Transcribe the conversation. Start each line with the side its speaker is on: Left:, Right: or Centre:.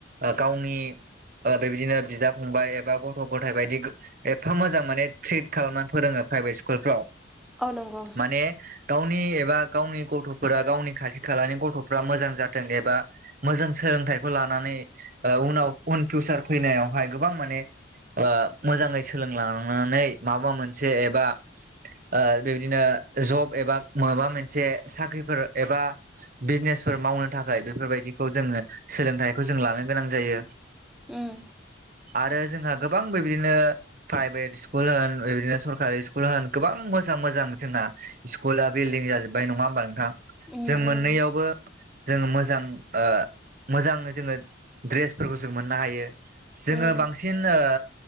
Right: ओ गावनि ओ बेबायदिनो बिदा फंबाय एबा गथ' ग'थाइ बायदि एफा मोजां माने ट्रिट खालामनानै फोरोङो प्राइभेट स्कुलफ्राव
Centre: औ नंगौ
Right: माने गावनि एबा गावनि गथ'फोरा गावनि खाथि खालानि गथ'फ्रा मोजां जाथों एबा मोजां सोलोंथाइखौ लानानै ओ उनाव उन फिउसार फैनायावहाय गोबां माने ओ मोजाङै सोलोंलांनानै माबा मोनसे एबा ओ बेबदिनो जब एबा माबा मोनसे साख्रिफोर एबा बिजनेसफोर मावनो थाखाय बेफोरबायदिखौ जोङो सोलोंथाइखौ जों लानो गोनां जायो
Centre: उम।
Right: आरो जोंहा गोबां बेबायदिनो प्राइभेट स्कुल होन बेबायदिनो सरकारि स्कुल स्कुल होन गोबां मोजां मोजां जोंना स्कुला बिल्डिं जाजोब्बाय नङा होमबा नोंथां।
Centre: उम
Right: जों मोननैयावबो
Centre: उम
Right: जोङो मोजां ओ मोजां जोङो दड्रेसफोरखौ जों मोननो हायो। जोङो
Centre: उम
Right: बांसिन ओ